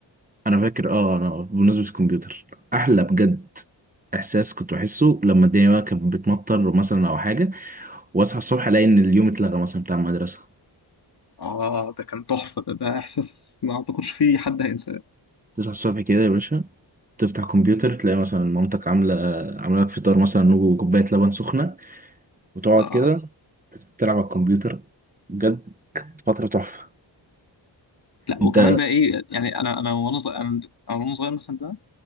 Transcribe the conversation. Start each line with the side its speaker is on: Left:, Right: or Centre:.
Right: انا فاكر اه انا بمناسبه الكمبيوتر احلى بجد احساس كنت بحسه لما الدنيا بقى كانت بتمطر مثلا او حاجه واصحى الصبح الاقي ان اليوم اتلغى مثلا بتاع المدرسه
Left: آه ده كان تحفة ده ده إحساس ما أعتقدش فيه حد هينساه
Right: تصحى الصبح كده يا باشا تفتح كمبيوتر تلاقي مثلا مامتك عامله عامله لك فطار مثلا وكوبايه لبن سخنه وتقعد
Left: آه
Right: كده تلعب على الكمبيوتر بجد فتره تحفه
Left: لا
Right: انت
Left: وكمان بقى إيه يعني أنا أنا وأنا صغير أنا أنا وأنا صغير مثلا بقى